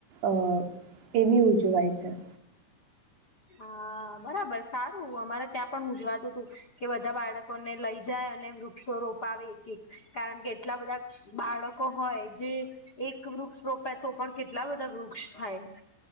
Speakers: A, on the right (about 65°); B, on the left (about 35°).
A: અ કેટલું ઉજવાય છે.
B: હા બરાબર સારું અમારે ત્યાં પણ ઉજવાતું તું. કે બધા બાળકોને લઈ જાય અને વૃક્ષો રોપાવે એક એક કારણ કે એટલા બધા બાળકો હોય જે એક વૃક્ષ રોપાય પણ કેટલા બધા વૃક્ષ થાય.